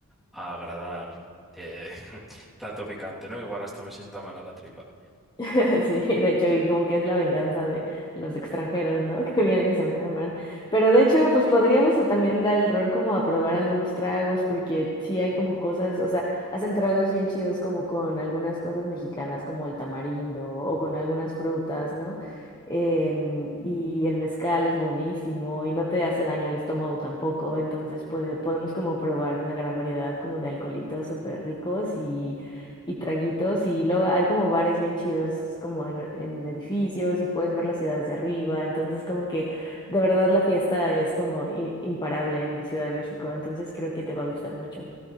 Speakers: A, in the centre; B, on the left.
A: a agradar eh, <laughs> tanto picante, ¿no? Igual hasta me sienta mal a la tripa.
B: <laughs> Sí, de hecho, y como que es la venganza de los extranjeros, ¿no? <laughs> Que vienen y se enferman. Pero de hecho, pues podríamos también dar el rol como a probar algunos tragos, porque sí hay como cosas, o sea, hacen tragos bien chidos como con algunas cosas mexicanas, como el tamarindo o con algunas frutas, ¿no? Em, y el mezcal es buenísimo y no te hace daño al estómago tampoco, entonces puede, podemos como probar una gran variedad como de alcoholitos súper ricos y y traguitos y luego hay como bares bien chidos como en, en edificios y puedes ver las ciudades de arriba, entonces como que de verdad la fiesta es como i- imparable en Ciudad de México, entonces creo que te va a gustar mucho.